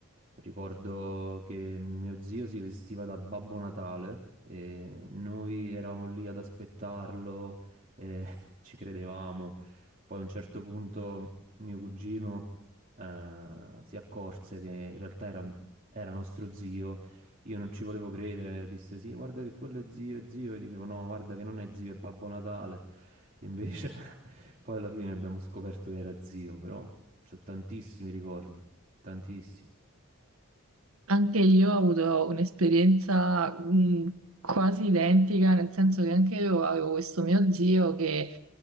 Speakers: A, on the right; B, on the right.
A: ricordo che mio zio si vestiva da Babbo Natale e noi eravamo lì ad aspettarlo e <laughs> ci credevamo. Poi a un certo punto mio cugino eh, si accorse che in realtà era, era nostro zio io non ci volevo credere, disse sì, guarda che quello è zio, è zio, e dicevo no, guarda che non è zio, è Babbo Natale. Invece <laughs> poi alla fine abbiamo scoperto che era zio, però ho tantissimi ricordi, tantissimi.
B: Anche io ho avuto un'esperienza mh, quasi identica, nel senso che anche io avevo questo mio zio che